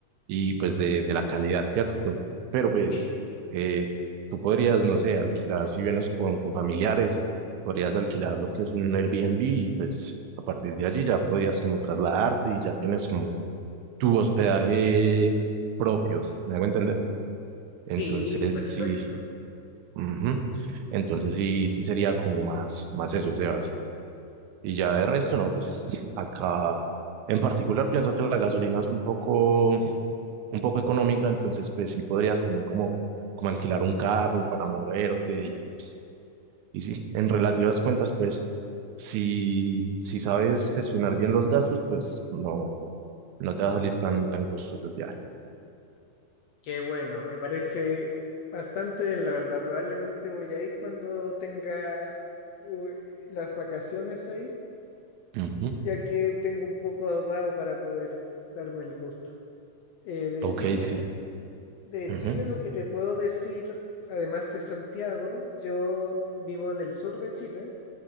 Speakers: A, on the right; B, on the left.
A: y pues de, de la calidad, ¿cierto? Pero pues
B: Sí,
A: eh, tú podrías, no sé, alquilar, si vienes con, con familiares, podrías alquilar lo que es un Airbnb y pues a partir de allí ya podrías como trasladarte y ya tienes como tu hospedaje propio, ¿me hago entender? Entonces
B: sí, perfecto.
A: sí, ujú. Entonces sí, sí sería como más, más eso, Sebas. Y ya de resto, no, pues acá en particular pienso que la gasolina es un poco, un poco económica, entonces pues sí podrías también como, como alquilar un carro para moverte y, y sí, en relativas cuentas, pues si, si sabes gestionar bien los gastos, pues no, no te va a salir tan, tan costoso el viaje.
B: Qué bueno, me parece bastante bien, la verdad. Probablemente voy a ir cuando tenga u- las vacaciones ahí,
A: Ujú.
B: ya que tengo un poco ahorrado para poder darme el gusto. Eh, de
A: Ok,
B: Chile,
A: sí.
B: de
A: Ujú,
B: Chile lo que te puedo decir, además de Santiago, yo vivo en el sur de Chile